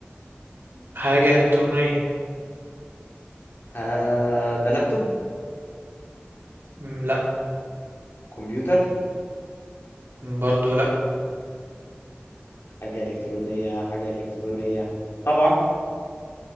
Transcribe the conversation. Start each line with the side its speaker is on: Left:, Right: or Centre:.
Right: حاجة إلكترونية
Left: آه ده لابتوب
Right: مم، لا
Left: كمبيوتر
Right: مم، برضو لا
Left: حاجة إلكترونية حاجة إلكترونية طبعة